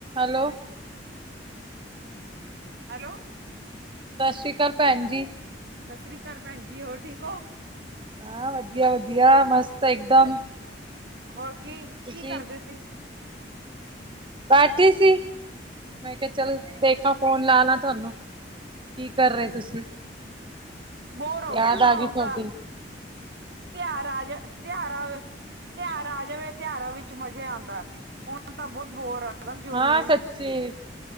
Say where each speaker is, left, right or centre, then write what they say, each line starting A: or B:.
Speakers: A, on the right; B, on the right.
A: ਹੈਲੋ <unintelligible>
B: ਹੈਲੋ ਸਤਿ
A: ਸਤਿ ਸ਼੍ਰੀ ਅਕਾਲ ਭੈਣ ਜੀ
B: ਸਤਿ ਸ੍ਰੀ ਅਕਾਲ ਭੈਣ ਜੀ ਹੋਰ ਠੀਕ ਹੋ
A: ਹਾਂ ਵਧੀਆ ਵਧੀਆ ਮਸਤ ਇਕਦਮ
B: ਹੋਰ ਕੀ
A: ਤੁਸੀਂ
B: ਕੀ ਕਰਦੇ ਸੀ
A: ਬੈਠੀ ਸੀ ਮੈਂ ਕਿਹਾ ਚੱਲ ਦੇਖਾ ਫੋਨ ਲਾ ਲਾ ਤੁਹਾਨੂੰ ਕੀ ਕਰ ਰਹੇ ਤੁਸੀਂ
B: ਬੋਰ ਹੋ
A: ਯਾਦ
B: ਗਿਆ ਨਾ
A: ਆ ਗਈ
B: ਹੁਣ
A: ਤੁਹਾਡੀ
B: ਤਾਂ ਤਿਉਾਰ ਆ ਜ ਤਿਉਹਾਰਾਂ <unintelligible> ਤਿਉਹਾਰ ਆ ਜਾਵੇ ਤਿਉਹਾਰਾਂ ਵਿੱਚ ਮਜ਼ਾ ਆਉਂਦਾ ਹੁਣ ਤਾਂ ਬਹੁਤ ਬੋਰ ਆ ਹਨ ਜੂਨ
A: ਹਾਂ ਸੱਚੀ